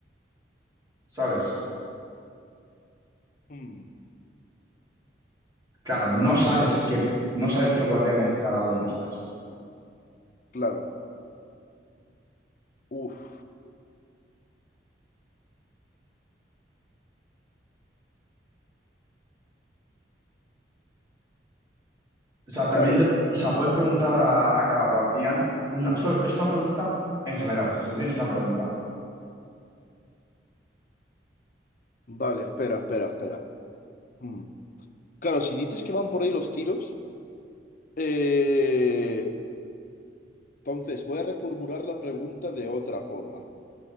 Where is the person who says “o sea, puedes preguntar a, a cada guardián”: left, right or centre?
Right